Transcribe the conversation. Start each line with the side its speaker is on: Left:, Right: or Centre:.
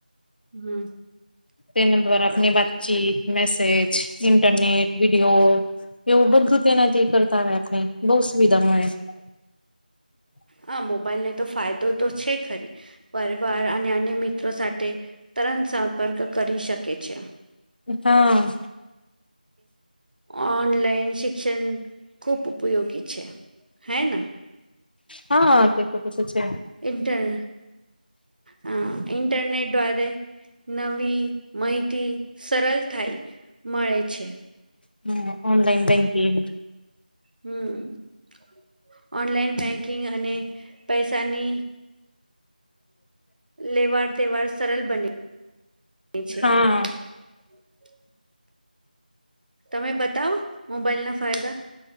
Right: હમ
Left: તેના દ્વારા આપની વાતચીત મેસેજ ઇન્ટરનેટ વિડિઓ ડ એવું બધું તેનાથી કરતા હો આપણે બઉ સુવિધા મળે <inaudible>
Right: હા મોબાઈલને તો ફાયદો તો છે ખરી પરિવાર અને અન્ય મિત્રો સાથે તરણ સંપર્ક કરી શકે છે
Left: હા
Right: ઓનલાઈન શિક્ષણ ખૂબ ઉપયોગી છે હે ના
Left: હા તે તો બધું છે
Right: ઇન્ટર હ ઇન્ટરનેટ દ્વારે નવી માહિતી સરળ થાય મળે છે
Left: હમ ઓનલાઈન બેંકિંગ
Right: હમ ઓનલાઈન બેંકિંગ અને પૈસાની લેવાડ દવાડ સરળ બને છે
Left: હા
Right: <inaudible> તમે બતાવો મોબાઈલ ના ફાયદા